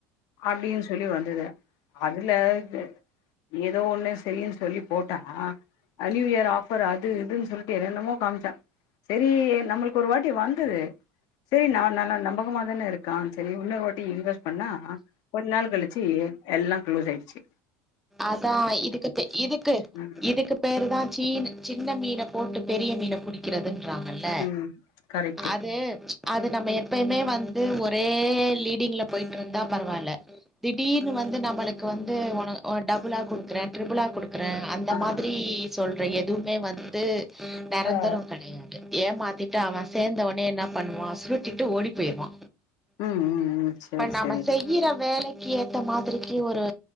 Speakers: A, on the left; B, in the centre.
A: அப்டின் சொல்லி வந்துது அதுல இது ஏதோ ஒண்ணு ஸ் தெரியு ஸ் சொல்லி போட்டா அ நீயூ இயர் ஆஃபர் அது இதுன் சொல்ட்டு என்னென்னமோ காம்ச்ச சேரி நம்மள்க்கு ஒரு வாட் ஏ வந்து சேரி நால் நாளா நம்போ சும்மா தான இருக்கா சேரி உன்னோர் வாட்டி இன்வெஸ் பண்ணா, ஒரு நாள் கழிச்சி எல்லா க்ளோஸ் ஆயிட்ச்சு
B: அதா இதுக் கத்தே இதுக்கு
A: ம்
B: இதுக்கு பே இதுத்தா சீன் சின்ன மீன போட்டு பெரிய மீன புடிக் கிறதுன்றாங்கல்ல
A: ம் கரெக்ட்டு
B: அது அது நம்ம எப்பயுமே வந்து ஒரே லீடிங்ல போயிட்ருந்தா பரவால்ல திடீர்னு வந்து நம்மளுக்கு வந்து உன ஓ டபுளா குட்குறே ட்ரிப்புளா குடுக் க்றே அந்த
A: ஆ
B: மாத்திரி சொல்ற எதுவ்மே வந்து நெரந்தரோ
A: ஆ ஆ
B: கெடையாது ஏமாத்திட்டு அவ சேந்த ஒட்னே என்ன பண்வா சுருட்டிட்டு ஓடி போயிர்வா
A: ம் ம் ம் சரி
B: இப்ப நாம
A: சரி
B: செய்யிற வேலைக் கேத்த மாதிரிக்கு ஒரு